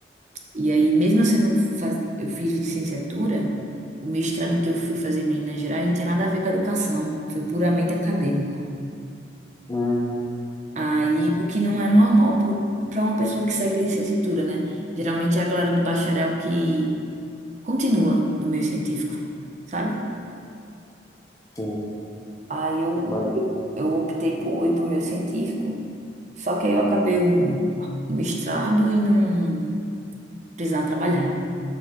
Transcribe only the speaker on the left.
hum,
sim,
mas,